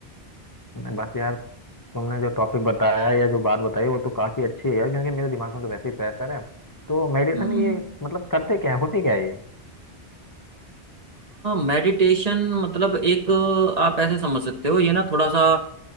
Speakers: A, on the left (about 25°); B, on the right (about 40°).
A: नहीं, बस यार तुमने जो टॉपिक बताया है या जो बात बताई वो तो काफी अच्छी है यार क्योंकि मेरे दिमाग में तो वैसे ही प्रेशर है तो मेडिसिन
B: हम्म
A: ये मतलब करते क्या है होती क्या है ये
B: मेडिटेशन मतलब एक अ, आप ऐसे समझ सकते हो ये ना थोड़ा सा